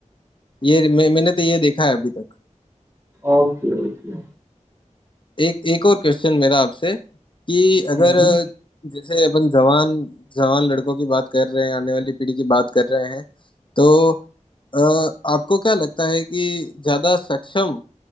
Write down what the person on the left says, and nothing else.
ये मैं, मैंने तो ये देखा है अभी तक
एक एक और क्वेश्चन मेरा आपसे कि अगर
अ, जैसे अपन जवान जवान लड़कों की बात कर रहे हैं आने वाली पीढ़ी की बात कर रहे हैं तो अ, आपको क्या लगता है कि ज्यादा सक्षम